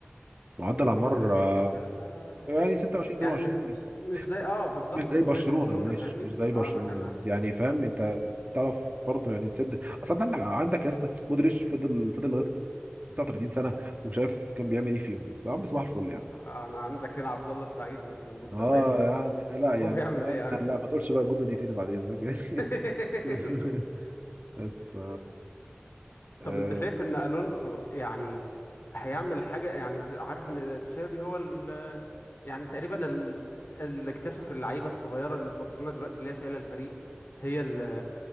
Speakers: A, on the right; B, on the left.
A: معدل
B: ما
A: اعمار
B: فالفيردي
A: آه،
B: كبير ف... آه،
A: يعني 26 27
B: يعني مش
A: بس
B: مش زي اه بالظبط
A: مش زي
B: مش
A: برشلونة
B: زي برشلونة
A: ماشي
B: فاهمني
A: مش زي برشلونة
B: اه انا كان
A: بس يعني فاهم انت تعرف برضو يعني تسد اصل انت عندك عندك يا اسطى مودريتش فضل فضل لغاية 39 سنة وشايف كان بيعمل ايه فيهم لسه يا عم صباح الفل يعني
B: انا عندك هنا عبد الله السعيد مثلا بص
A: اه
B: 40 سنة
A: يعني
B: ومت-
A: لا يعني
B: هو بيعمل
A: فاهم
B: ايه يعني
A: لا ما تقولش بقى الجملة دي تاني بعد اذنك
B: <laughs>
A: <laughs> بس ف اه
B: طب انت شايف ان الونسو يعني هيعمل حاجة يعني انت عارف ان تشافي هو ال يعني تقريبا ال- اللي اكتشف اللعيبة الصغيرة اللي في برشلونة دلوقتي اللي هي شايلة الفريق هي ال-